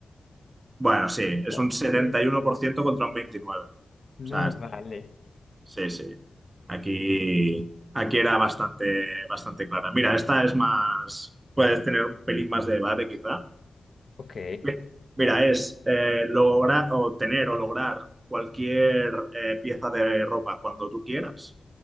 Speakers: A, on the right; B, on the left.
A: Bueno, sí, es
B: Ah,
A: un setenta
B: Sí,
A: y
B: sí.
A: uno por ciento contra un 29%.
B: No,
A: O sea,
B: vale.
A: Sí, sí. Aquí, aquí era bastante, bastante clara. Mira, esta es más, puedes tener un pelín más de debate quizá.
B: Ok.
A: Mi- Mira, es eh, lograr o tener o lograr cualquier eh, pieza de ropa cuando tú quieras,